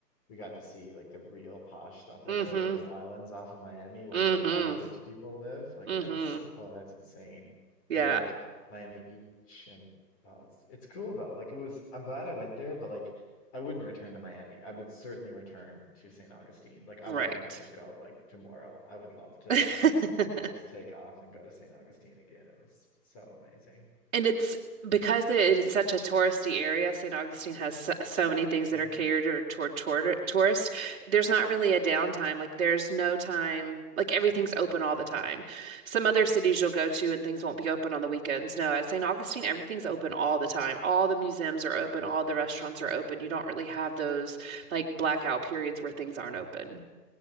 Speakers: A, on the left; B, on the right.
A: we got to see like the real posh stuff like
B: Mm-hmm.
A: those little islands off of Miami where
B: Mm-hmm.
A: like all the rich people live like
B: Mm-hmm.
A: that's oh that's insane
B: Yeah.
A: and like Miami Beach and oh it's it's cool though like it was I'm glad I went there but like I wouldn't return to Miami I would certainly return to St. Augustine like I
B: Right.
A: want to actually go like tomorrow I would love to
B: <laughs>
A: just take off and go to St. Augustine again it was so amazing
B: And it's because it is such a touristy area, St. Augustine has so, so many things that
A: mm-hmm.
B: are catered toward tour, tourists. There's not really a downtime. Like there's no time, like everything's open all the time. Some other cities you'll go to and things won't be open on the weekends. No, at St. Augustine, everything's open all the time. All the museums are open, all the restaurants are open. You don't really have those like blackout periods where things aren't open.